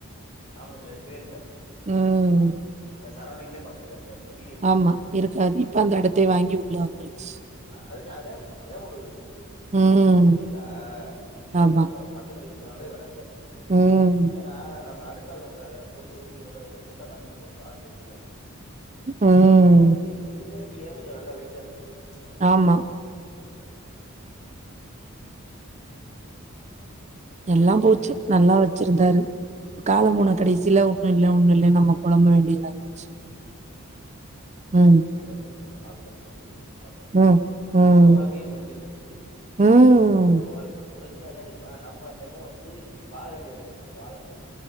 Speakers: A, on the left; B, on the right.
A: ஆம்பள புள்ள இருக்கவே இருக்காது
B: ம்
A: அந்த சரௌண்டிங்லயே பக்கத்துல இருக்காது குடியே இருக்காது
B: ஆமா இருக்காது இப்ப அந்த இடத்தே வாங்கி உள்ள வந்துருச்சு
A: அ அதுதா அதா அதா ஒரு இது
B: ம்.
A: புரியுதா அந்த இடத்துல
B: ஆமா.
A: நம் பக் கத்துல இருந்தாலே வெளங்காது
B: ம்.
A: ஏன்னா நம்ம அடுக் அடுத்தாள் நம்மள போய் சோதிக்கிறத விட சொந்தக்காரனே போட்டு வாட்டி எடுத்துருவானுங்க
B: ம்
A: இருக் இருக்கருதலயே நீங்கதா கொஞ்சோ நல்லா வெயிட்டா இருந்திருப்பீங்க போல
B: ஆமா.
A: ம்
B: எல்லா போச்சு நல்லா வச்சிருந்தாரு காலம் போன கடைசில ஒன்னு இல்ல ஒன்னு இல்ல நம்ம புலம்ப வேண்டியதாயிருச்சு ம்
A: வரு வாழ்க்க முடிஞ்ச்சு எங்க அம்மா அப்பா வாழ்க்க
B: ம் ம்
A: அம்மா வாழ்க்கையு முடிஞ்சிருச்சு
B: ம்
A: நம்மவா முடிஞ்ச்சுனா என்ன தெரியுமா நம்ம இன்னமே வந்து வாழ வேண்டிய வயசுல வாழ முடில